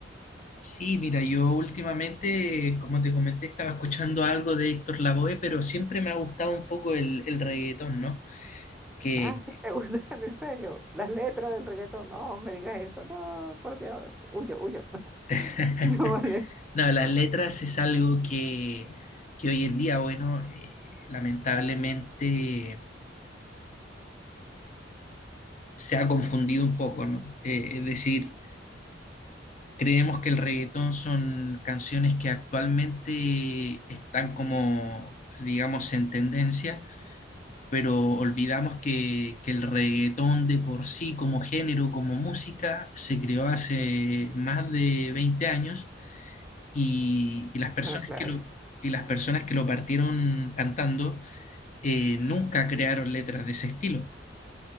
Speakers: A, on the left; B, in the centre.
A: Sí, mira, yo últimamente, como te comenté, estaba escuchando algo de Héctor Lavoe, pero siempre me ha gustado un poco el, el reggaetón, ¿no? Que,
B: Ah, sí, te gusta, <laughs> en serio. Las letras del reggaetón, no me digas eso, no, por Dios, huyo, huyo. <laughs>
A: <laughs>
B: No vale.
A: no, las letras es algo que, que hoy en día, bueno, eh, lamentablemente se ha confundido un poco, ¿no? Eh, es decir, creemos que el reggaetón son canciones que actualmente están como, digamos, en tendencia pero olvidamos que, que el reggaetón de por sí, como género, como música, se creó hace más de 20 años y, y las personas
B: Bueno, claro,
A: que lo, y las personas que lo partieron cantando eh, nunca crearon letras de ese estilo.